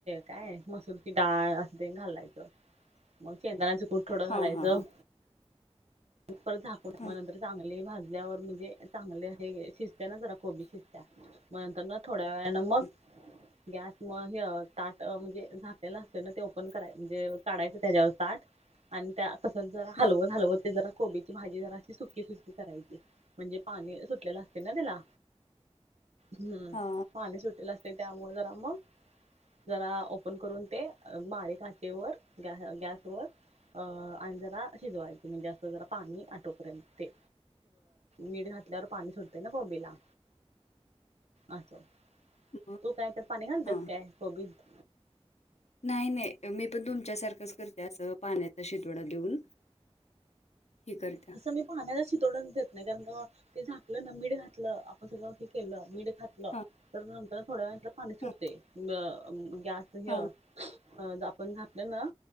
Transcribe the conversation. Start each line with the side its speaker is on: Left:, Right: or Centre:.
Right: काय, मसूरची डाळ असं घालायचं, मग शेंदना च कूट थोडं
Left: हां
Right: घालायचं.
Left: हां हां
Right: परत झाकून,
Left: हां
Right: मग नंतर चांगली भाज ल्यावर म्हणजे चांगले हे, शिजते ना जरा कोबी शिजत्या,, मग नंतर ना थोड्या वेळने मग
Left: <inaudible>
Right: गॅस मग, हे ताट म्हणजे, झाकलेला असते ना ते ओपन करायच, म्हणजे काढायचं त्याच्यावर ताट आणि त्या तसंच जरा
Left: हं
Right: हलवत हलवत ते जरा कोबीची भाजी जराशी सुकी सुकी करायची, म्हणजे पाणी सुटलेलं असतय ना त्याला हम्म्
Left: हा
Right: पाणी सुटलेल असतंय, त्यामुळे जरा मग जरा ओपन करून ते,, बारीक आचेवर, गॅसवर अं, आणि जरा शिजवायचे, म्हणजे अस जरा पाणी आठुपर्यंत ते मीठ घातल्यावर पाणी सुटतय ना कोबीला. असो,,
Left: मग
Right: तू काय तर पाणी घालतेस
Left: हां
Right: काय कोबीत
Left: नाही नाही, मी पण तुमच्यासारखंच करत्या,, असं पाण्याचा शितवडा देऊन. हे करते.
Right: असं मी पाण्याला शितोडाच देत नाही. कारण ते झाकलं ना, मीठ घातलं आपण सगळ केलं. मीठ घातलं,
Left: हां
Right: तर नंतर थोड्या वेळाने त्याला पाणी सुटतंय.
Left: हां
Right: मग गॅस हे
Left: हां
Right: अ.. आपण घातलं ना